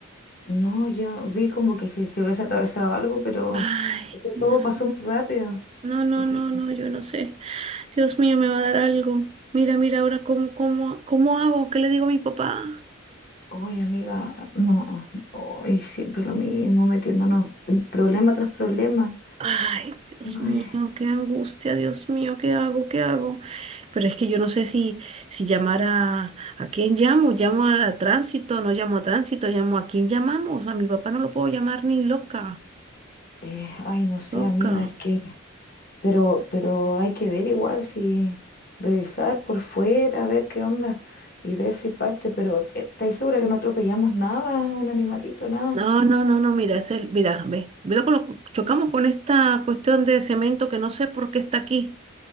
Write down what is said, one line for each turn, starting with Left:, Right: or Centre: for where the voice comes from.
Left: No, yo vi como que si se hubiese atravesado algo, pero
Right: Ay,
Left: es que
Right: no.
Left: todo pasó muy rápido.
Right: No, no,
Left: Y que,
Right: no, no, yo no sé. Dios mío, me va a dar algo. Mira, mira, ahora cómo, cómo, cómo hago, ¿qué le digo a mi papá?
Left: oye, amiga, no, hoy siempre lo mismo, metiéndonos en problema tras problema.
Right: Ay, Dios mío,
Left: Ay,
Right: qué angustia, Dios mío, ¿qué hago? ¿Qué hago? Pero es que yo no sé si, si llamar a, a quién llamo, llamo a tránsito, no llamo a tránsito, llamo a quién llamamos, a mi papá no lo puedo llamar ni loca,
Left: eh, ay, no sé,
Right: loca.
Left: amiga, es que Pero, pero hay que ver igual si revisar por fuera, ver qué onda y ver si parte. Pero ¿te- ¿estáis segura que no atropellamos nada, un animalito, nada?
Right: No, no, no, no, mira, es el, mira, ve, mira con lo- chocamos con esta cuestión de cemento que no sé por qué está aquí.